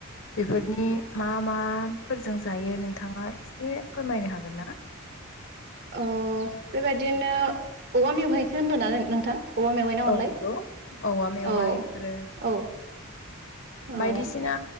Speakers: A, on the left; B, on the right.
A: बेफोरनि मा माफोरजों जायो नोंथाङा एसे फोरमायनो हागोन ना?
B: अह बेबायदिनो औवा मेवहायखो होनदोना नो-नोंथां? औवा मेवाइ ना अनलाय
A: औ नंगौ औवा मेवाइ
B: औ
A: आरो
B: औ। औ
A: बायदिसिना